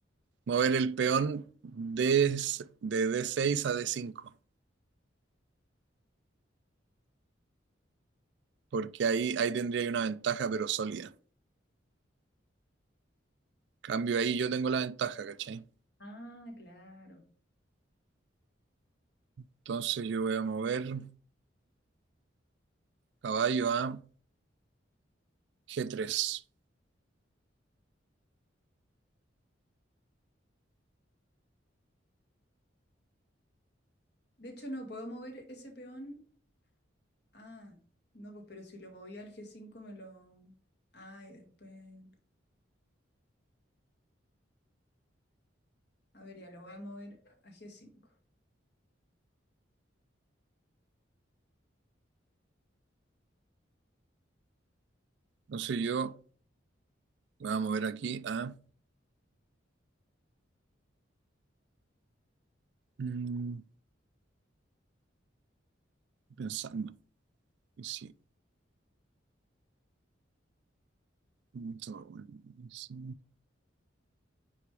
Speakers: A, on the right; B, on the left.
A: mover el peón de, de d seis a d cinco porque ahí, ahí tendría una ventaja, pero sólida. Cambio ahí, yo tengo la ventaja, ¿cachai?
B: Ah, claro.
A: Entonces yo voy a mover caballo a g tres
B: De hecho, no puedo mover ese peón. Ah, no, pues, pero si lo moví al G5 me lo... Ah, y después... A ver, ya lo voy a mover a G5.
A: Entonces yo voy a mover aquí a Mm, pensando. Y Sí, mucho, bueno, eso.